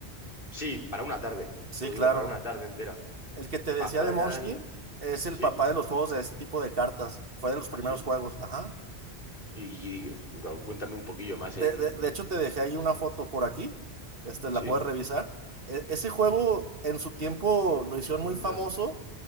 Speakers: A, on the left (about 55°); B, on the right (about 60°).
A: Sí, para una tarde,
B: Sí,
A: yo
B: claro.
A: digo, para una tarde entera.
B: El que te
A: Vas
B: decía
A: para
B: de
A: allá
B: Munchkin
A: y...
B: es
A: Sí,
B: el papá de los juegos de este tipo de cartas. Fue de los
A: así.
B: primeros juegos, ajá.
A: Y, y- claro, cuéntame un poquillo más en...
B: De, de- de hecho, te dejé ahí una foto por aquí. Este, la
A: Sí,
B: puedes revisar. E- ese juego en su tiempo lo hicieron
A: anda.
B: muy famoso